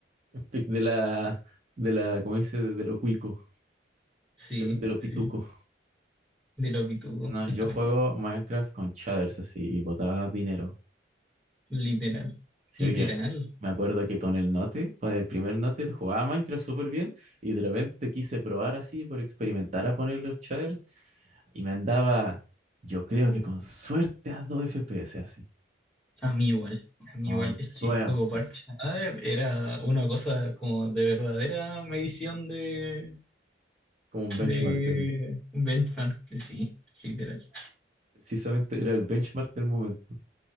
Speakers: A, on the right; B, in the centre.
A: pic De la, de la, ¿cómo dice? De lo cuico,
B: Sí,
A: de lo, de lo
B: sí.
A: pituco.
B: De lo pitudo,
A: Sí, No, yo
B: exacto.
A: juego Minecraft con shaders así y botaba dinero.
B: Literal.
A: Sí,
B: Literal.
A: que me acuerdo que con el Note, con el primer Note, jugaba Minecraft súper bien y de repente quise probar así por experimentar a poner los shaders y me andaba, yo creo que con suerte a 2 FPS así.
B: A mí igual, a mí
A: Con
B: igual,
A: suerte.
B: es que ocupar Chadaver era una cosa como de verdadera medición de,
A: Como un benchmark
B: de
A: así.
B: benchmark, sí, literal,
A: Precisamente era el benchmark del momento.